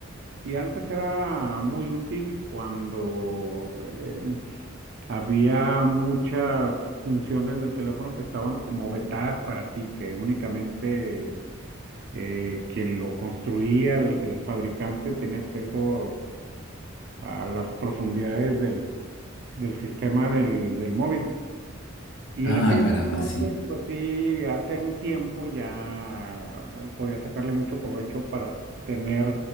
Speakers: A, on the right; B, on the left.
A: Y antes era muy útil cuando eh, había muchas funciones del teléfono que estaban como vetadas para ti, que únicamente eh, quien lo construía, el, el fabricante, tenía acceso a las profundidades del, del sistema del, del móvil. Y
B: ah,
A: en aquellos
B: caramba,
A: entonces,
B: sí.
A: pues sí, hace un tiempo ya eh, podía sacarle mucho provecho para tener